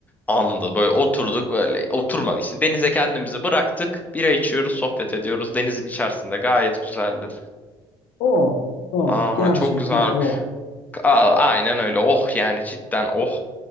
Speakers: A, on the left; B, on the left.
A: Andı böyle oturduk böyle oturmadı işte denize kendimizi bıraktık. Bira içiyoruz, sohbet ediyoruz. Denizin içerisinde gayet güzeldi.
B: O. O.
A: Aa
B: Gerçekten
A: çok güzel.
B: o.
A: Aa, aynen öyle. Oh yani cidden oh.